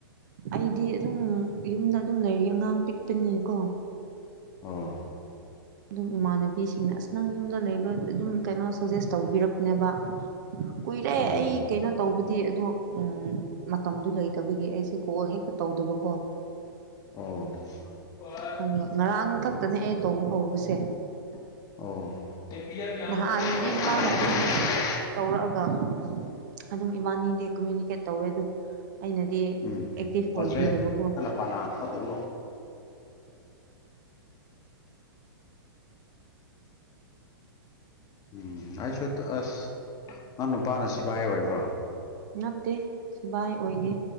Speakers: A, on the right (about 50°); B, on the left (about 30°).
A: ꯑꯩꯗꯤ ꯑꯗꯨꯝ ꯌꯨꯝꯗ ꯑꯗꯨꯝ ꯂꯩꯔꯤ ꯑꯉꯥꯡ ꯄꯤꯛꯄꯅꯤꯀꯣ
B: ꯑꯣ
A: ꯑꯗꯨꯝ ꯏꯃꯥꯟꯅꯕꯤꯁꯤꯡꯅ ꯑꯁ ꯅꯪ ꯌꯨꯝꯗ ꯂꯩꯕ ꯑꯗꯨꯝ ꯀꯩꯅꯣ ꯁꯖꯦꯁ ꯇꯧꯕꯤꯔꯛꯄꯅꯦꯕ ꯀꯨꯏꯔꯦ
B: ꯎꯝ
A: ꯑꯩ ꯀꯩꯅꯣ ꯇꯧꯕꯗꯤ ꯑꯗꯣ ꯎꯝ ꯃꯇꯝꯗꯨ ꯂꯩꯇꯕꯒꯤ ꯑꯩꯁꯦ ꯀꯣꯜ ꯍꯦꯛꯇ ꯇꯧꯗꯕꯀꯣ
B: ꯑꯣ
A: ꯑꯪ ꯉꯔꯥꯡ ꯈꯛꯇꯅꯦ ꯑꯩ ꯇꯧꯕ ꯍꯧꯕꯁꯦ
B: ꯑꯣ
A: ꯅꯍꯥꯟꯗꯤ ꯃꯥꯅ ꯑꯗꯨꯝ ꯇꯧꯔꯛꯑꯒ ꯑꯗꯨꯝ ꯏꯕꯥꯅꯤꯗꯤ ꯀꯃꯨꯅꯤꯀꯦꯠ ꯇꯧꯋꯦ ꯑꯗꯨ ꯑꯩꯅꯗꯤ
B: ꯎꯝ
A: ꯑꯦꯛꯇꯤꯚ
B: ꯄ꯭ꯔꯣꯖꯦꯛꯇꯅ
A: ꯑꯣꯏꯕꯤꯗꯕꯀꯣ
B: ꯄꯅꯥ ꯈꯔ ꯑꯗꯨꯝ ꯎꯝ ꯑꯩꯁꯨ ꯑꯁ ꯅꯪ ꯅꯨꯄꯥꯅ ꯁꯤꯐꯥꯏ ꯑꯣꯏꯕ꯭ꯔꯣ
A: ꯅꯠꯇꯦ ꯁꯤꯕꯥꯏ ꯑꯣꯏꯗꯦ